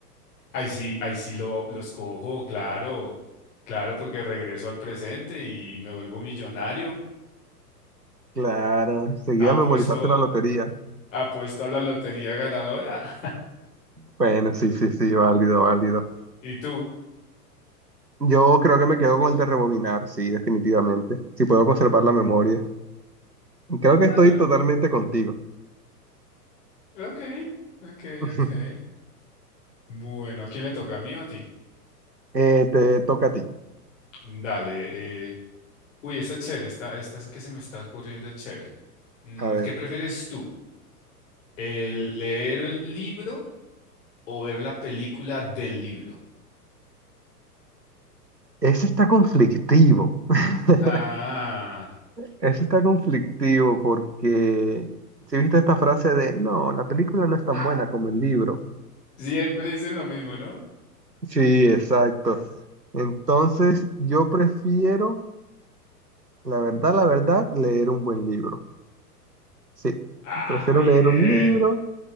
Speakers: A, on the left; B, on the right.
A: Ahí sí, ahí sí lo, lo escojo, claro, claro, porque regreso al presente y me vuelvo millonario.
B: claro, seguida
A: Apuesto,
B: memorizaste la lotería.
A: apuesto a la lotería ganadora.
B: Bueno, sí, sí, sí, válido, válido.
A: <laughs> ¿Y tú?
B: Yo creo que me quedo con el de rebobinar, sí, definitivamente. Si puedo conservar la memoria. Creo que estoy
A: Ah,
B: totalmente contigo.
A: ok, ok,
B: <laughs>
A: ok. Bueno, ¿a quién le toca? ¿A mí o a ti?
B: Eh, te toca a ti.
A: Dale. eh, Uy, está chévere. Esta, esta sí que se me está ocurriendo es chévere. Mm,
B: A ver.
A: ¿Qué prefieres tú? ¿El leer el libro o ver la película del libro?
B: Ese está conflictivo. <laughs>
A: Ah,
B: Eso está conflictivo porque si viste esta frase de no, la película no es tan buena como el libro.
A: siempre dicen lo mismo, ¿no?
B: Sí, exacto. Entonces, yo prefiero, la verdad, la verdad, leer un buen libro. Sí,
A: Ah,
B: prefiero
A: bien.
B: leer un libro,